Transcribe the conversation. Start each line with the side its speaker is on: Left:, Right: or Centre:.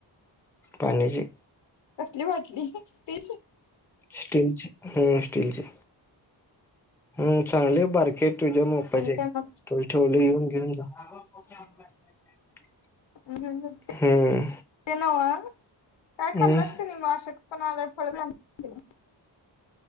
Centre: पाण्याची
Left: कसली बाटली स्टीलची.
Centre: स्टीलची हा स्टीलची. हम चांगली हाय बारकी हाय तुझ्या माप्पाची
Left: आणि
Centre: हाय.
Left: काय मग
Centre: तुझ ठेवले येऊन घेऊन जा. <unintelligible>
Left: हम्म हम्म,
Centre: हम्म
Left: ते नव काय
Centre: हम्म
Left: खाल्लंस क नाही म अशक्त आपण आलय थोड प्लॅनिंग करूया?